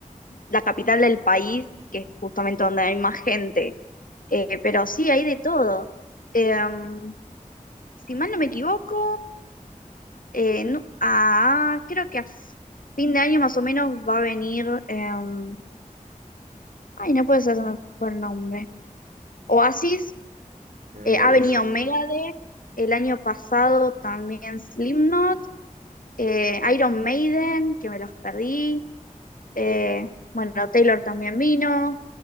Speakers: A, on the left; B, on the right.
A: la capital del país, que es justamente donde hay más gente. Eh, pero sí, hay de todo. Em, si mal no me equivoco, eh, no- ah, creo que a fin de año más o menos va a venir, em, ay, no puede ser su mejor nombre. Oasis
B: Ah,
A: Eh,
B: güey,
A: ha venido
B: sí,
A: Megadeth,
B: sí.
A: el año pasado también Slipknot, eh, Iron Maiden, que me los perdí, eh, bueno, Taylor también vino.